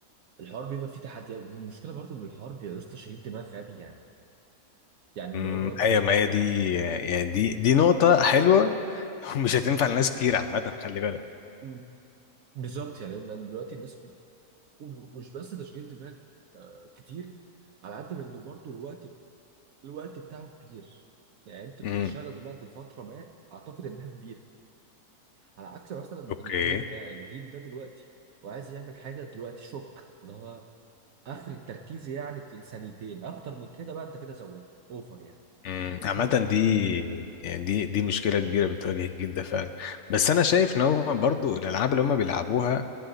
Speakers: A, on the right (about 70°); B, on the left (about 60°).
A: الحوار بيبقى فيه تحديات المشكله برضو ان الحوار بيعوز تشغيل دماغ غبي يعني يعني
B: مم.
A: اللي هو
B: ايوه ما هي دي يعني دي دي نقطة حلوة <laughs> ومش هتنفع لناس كتير عامة خلي بالك
A: مم. بالظبط يعني لأن دلوقتي الناس بي- مش بس تشغيل دماغ آه، كتير على قد ما انه برضو الوقت الوقت بتاعه كبير يعني انت بتشغل
B: امم
A: دماغك لفتره ما اعتقد انها كبيره على عكس مثلا
B: اوكي
A: الجيل ده الجيل ده دلوقتي وعايز يعمل حاجه دلوقتي شوك اللي هو اخر التركيز يعني بت- ثانيتين اكتر من كده بقى انت كده زودت اوفر يعني
B: مم. عامة
A: شوف لك حاجه
B: دي
A: تانيه بقى
B: يعني دي دي مشكلة كبيرة بتواجه الجيل ده فعلا بس أنا شايف إن هو برضو الألعاب اللي هم بيلعبوها